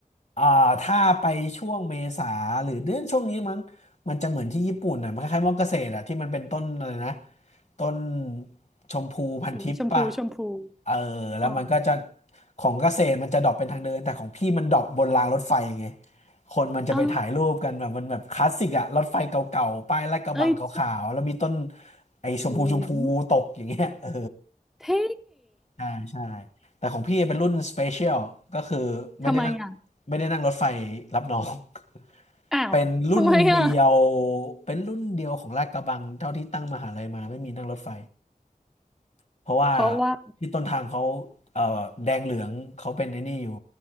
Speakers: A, on the left; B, in the centre.
A: อ่าถ้าไปช่วงเมษาหรือเดือนช่วงนี้มั้งมันจะเหมือนที่ญี่ปุ่นอ่ะมันคล้ายๆมอเกษตรอ่ะที่มันเป็นต้นอะไรนะต้นชมพูพันทิพย์ป่ะ
B: สีชมพูชมพู
A: เออแล้วมันก็จะ
B: อ๋อ
A: ของเกษตรมันจะดรอปเป็นทางเดินแต่ของพี่มันดรอปบนรางรถไฟไงคนมันจะไปถ่ายรูปกันแบบมันแบบคลาสสิกอ่ะรถไฟเก่าๆป้ายลาดกระบังขาวๆแล้วมีต้น
B: อ๋อเอ้ยเ
A: ไอ้ชมพูชมพูตกอย่างเงี้ยเออ
B: จ๋งเท่
A: ใช่ใช่แต่ของพี่เป็นรุ่นสเปเชียลก็คือไม่ได้นั่ง
B: ทำไมอ่ะ
A: ไม่ได้นั่งรถไฟรับน้อง <laughs>
B: อ้าวทำไมอ่ะ
A: เป็นรุ่นเดียวเป็นรุ่นเดียวของลาดกระบังเท่าที่ตั้งมหาลัยมาไม่มีนั่งรถไฟเพราะว่า
B: เพราะว่า
A: ที่ต้นทางเขาเอ่อแดงเหลืองเขาเป็นไอ้นี่อยู่